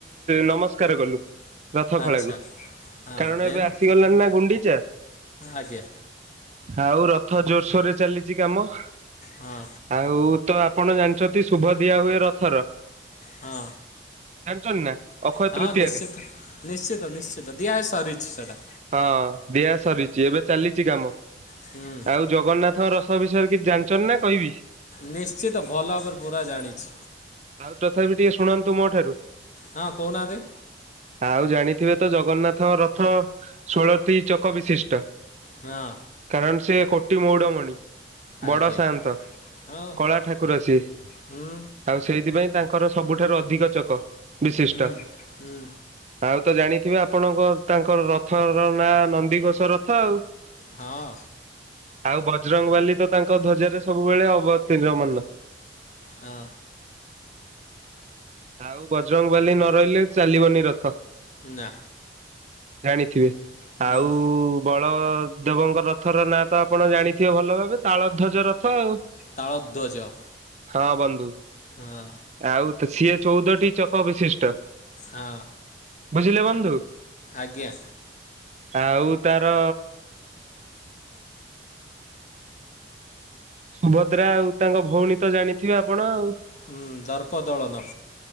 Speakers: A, on the right; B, on the left.
A: ନମସ୍କାର କଲୁ ରଥ
B: ଆଚ୍ଛା
A: ଖଳା କୁ।
B: ହଁ
A: କାରଣ
B: ଦେନ୍
A: ଏବେ ଆସିଗଲାଣି ନା ଗୁଣ୍ଡିଚା।
B: ଆଜ୍ଞା
A: ଆଉ ରଥ ଜୋରସୋର ରେ ଚାଲିଛି କାମ।
B: ହଁ।
A: ଆଉ ତ ଆପଣ ଜାଣିଚନ୍ତି ଶୁଭ ଦିଆ ହୁଏ ରଥର।
B: ହଁ
A: ଜାଣିଛନ୍ତି ନା ଅକ୍ଷୟ
B: ହଁ
A: ତୃତୀୟାରେରେ।
B: ନିଶ୍ଚିତ ନିଶ୍ଚିତ ନିଶ୍ଚିତ ଦିଆ ସରିଛି ସେଟା।
A: ହଁ ଦିଆ ସରିଛି ଏବେ ଚାଲିଛି କାମ
B: ହୁଁ
A: ଆଉ ଜଗନ୍ନାଥଙ୍କ ରଥ ବିଷୟରେ କିଛି ଜାଣିଛନ୍ତି ନା କଇବି?
B: ନିଶ୍ଚିତ ଭଲ ଭାବରେ ପୁରା ଜାଣିଛି।
A: ଆଉ ତଥାପି ଟିକେ ଶୁଣନ୍ତୁ ମୋ ଠାରୁ।
B: ହଁ କହୁନାହାନ୍ତି।
A: ଆଉ ଜାଣିଥିବେ ତ ଜଗନ୍ନାଥଙ୍କ ରଥ ଷୋଳଟି ଚକ ବିଶିଷ୍ଟ।
B: ହଁ।
A: କାରଣ ସେ କୋଟି ମଉଡ ମଣି। ବଡ଼
B: ଆଜ୍ଞା
A: ସାଆନ୍ତ।
B: ହଁ
A: କଳା ଠାକୁର ସିଏ।
B: ହୁଁ
A: ଆଉ ସେଇଥିପାଇଁ ତାଙ୍କର ସବୁଠାରୁ ଅଧିକ ଚକ ବିଶିଷ୍ଟ।
B: ହୁଁ ହୁଁ
A: ଆଉ ତ ଜାଣିଥିବେ ଆପଣଙ୍କ ତାଙ୍କର ରଥ ର ନାଁ ନନ୍ଦିଘୋଷ ରଥ ଆଉ।
B: ହଁ।
A: ଆଉ ବଜରଙ୍ଗବାଲି ତ ତାଙ୍କ ଧ୍ୱଜରେ ସବୁବେଳେ ଅବତୀଣମାନ।
B: ହଁ।
A: ଆଉ ବଜରଙ୍ଗ ବାଲି ନ ରହିଲେ ଚାଲିବନି ରଥ।
B: ନା।
A: ଜାଣିଥିବେ
B: ହୁଁ
A: ଆଉ ବଳ ଦେବଙ୍କ ରଥର ନାଁ ତ ଆପଣ ଜାଣିଥିବେ ଭଲ ଭାବେ ତାଳ ଧ୍ୱଜ ରଥ ଆଉ।
B: ତାଳଧ୍ୱଜ।
A: ହଁ ବନ୍ଧୁ।
B: ହଁ।
A: ଆଉ ତ ସିଏ ଚଉଦଟି ଚକ ବିଶିଷ୍ଟ।
B: ହଁ।
A: ବୁଝିଲେ ବନ୍ଧୁ?
B: ଆଜ୍ଞା।
A: ଆଉ ତାର ସୁଭଦ୍ରା ଆଉ ତାଙ୍କ ଭଉଣୀ ତ ଜାଣିଥିବେ ଆପଣ ଆଉ?
B: ହୁଁ, ଦର୍ପଦଳନ।